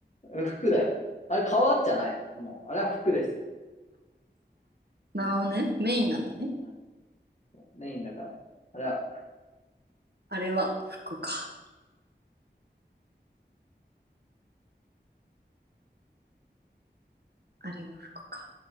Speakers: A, on the left; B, on the right.
A: うん服だよ。あれ、皮じゃない。もう、あれは服です。
B: なるほどね。メインなんだね。
A: なんかメインだから。あら、
B: あれは服か。あれは服か。